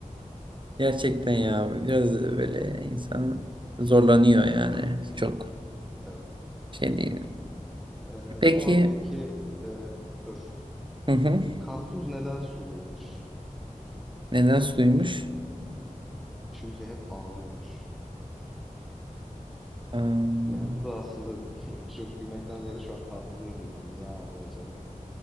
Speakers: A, on the right (about 35°); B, in the centre.
A: Gerçekten ya biraz böyle insan zorlanıyor yani çok
B: Evet.
A: şey değil.
B: Ee,
A: Peki
B: tamam peki ee, dur.
A: hı hı.
B: Karpuz neden suluymuş?
A: Neden suymuş?
B: Çünkü hep ağlıyormuş.
A: Aa,
B: Yani bu da aslında <laughs> çok gülmekten ziyade şu an karpuza üzüldüm. Niye ağlıyor acaba